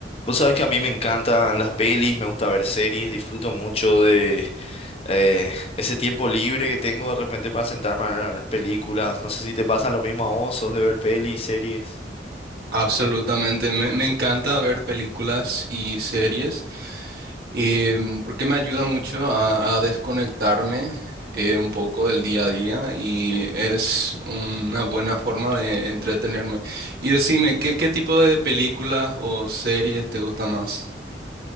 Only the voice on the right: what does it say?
Absolutamente, me, me encanta ver películas y series em, porque me ayuda mucho a, a desconectarme eh, un poco del día a día y es una buena forma de entretenerme. Y decime, ¿qué, qué tipo de películas o series te gusta más?